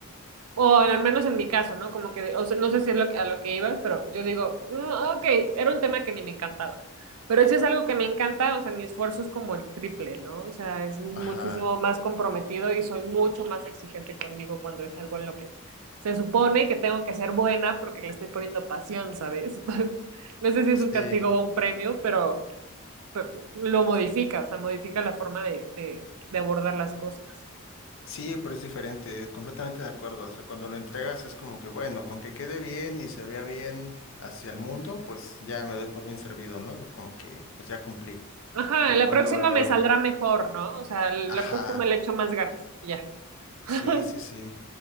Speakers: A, on the right; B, on the left.
A: O al menos en mi caso, ¿no? Como que, o sea, no sé si es lo que- a lo que ibas, pero yo digo, "Mm, ok, era un tema que ni me encantaba. Pero si es algo que me encanta, o sea, mi esfuerzo es como el triple, ¿no? O sea, es muchísimo
B: Ajá.
A: más comprometido y soy mucho más exigente conmigo cuando es algo en lo que se supone que tengo que ser buena porque le estoy poniendo pasión, ¿sabes? <laughs> Entonces, no sé si es
B: sí
A: un castigo o un premio, pero, pero lo modifica, o sea, modifica la forma de, de de abordar las cosas.
B: sí, pero es diferente, completamente de acuerdo. O sea, cuando lo entregas es como que, bueno, con que quede bien y se vea bien hacia el mundo, pues ya me doy por bien servido, ¿no? Y Como que, pues ya cumplí.
A: Ajá,
B: Pero
A: la
B: cuando,
A: próxima me saldrá mejor, ¿no? O sea, la
B: ajá.
A: próxima le echo más ganas. Ya. <laughs>
B: Sí, sí, sí.